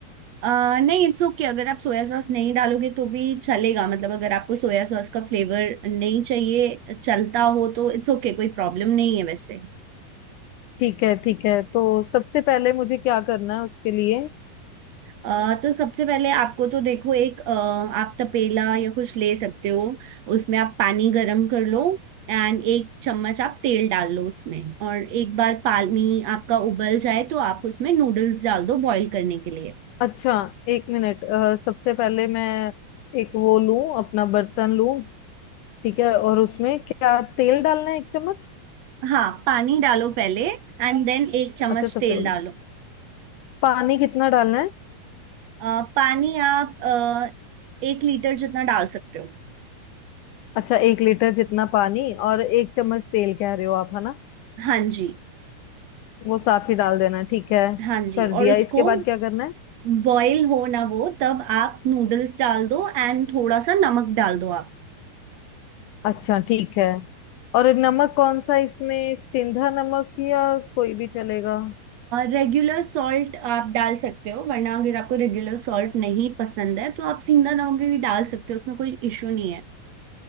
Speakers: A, on the right (about 55°); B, on the left (about 85°).
A: आ, नहीं इट्स ओके अगर आप सोया सॉस नहीं डालोगे तो भी चलेगा मतलब अगर आपको सोया सॉस का फ्लेवर नहीं चाहिए चलता हो तो इट्स ओके कोई प्रॉब्लम नहीं है वैसे
B: ठीक है ठीक है तो सबसे पहले मुझे क्या करना है उसके लिए
A: अ तो सबसे पहले आपको तो देखो एक अ, आप तपेला या कुछ ले सकते हो उसमें आप पानी गरम कर लो एंड एक चम्मच आप तेल डाल लो उसमें और एक बार पानी आपका उबल जाए तो आप उसमें नूडल्स डाल दो बॉईल करने के लिए
B: अच्छा एक मिनट अह, सबसे पहले मैं एक वो लूं अपना बर्तन लूं ठीक है और उसमें क्या तेल डालना है एक चम्मच
A: हाँ पानी डालो पहले एंड देन एक चम्मच
B: अच्छा सबसे
A: तेल
B: पहले
A: डालो
B: पानी कितना डालना है
A: अ, पानी आप अ, एक लीटर जितना डाल सकते हो
B: अच्छा एक लीटर जितना पानी और एक चम्मच तेल कह रहे हो आप है ना
A: हाँ जी
B: वो साथ ही डाल देना है, ठीक है
A: हाँ जी
B: कर दिया
A: और उसको
B: इसके बाद क्या करना है
A: बॉईल हो ना वो तब आप नूडल्स डाल दो एंड थोड़ा सा नमक डाल दो आप
B: अच्छा ठीक है और नमक कौन सा इसमें सिंधा नमक या कोई भी चलेगा
A: रेगुलर सॉल्ट आप डाल सकते हो वरना अगर आपको रेगुलर सॉल्ट नहीं पसंद है तो आप सीधा नमक भी डाल सकते हो उसमें कोई इशू नहीं है